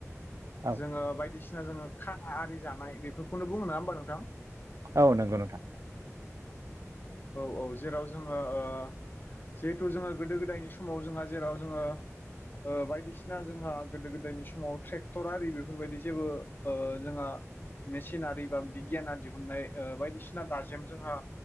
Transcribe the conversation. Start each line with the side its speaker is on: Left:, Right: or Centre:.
Right: औ
Left: जोङो बायदिसिना जोङो खा आरि जानाय बेफोरखौनो बुङो नङा होमबा नोंथां?
Right: औ नंगौ नोंथां।
Left: औ औ जेराव जोङो ओ जिहेथु जोङो गोदो- गोदायनि समाव जोंहा जेराव जोङो ओ बायदिसिना जोंहा गोदो -गोदायनि समाव ट्रेक्टर आरि बेफोरबायदि जेबो ओ जोंहा मेसिनारि बा बिगियाना दिहुननाय ओ बायदिसिना दाजेम जोंहा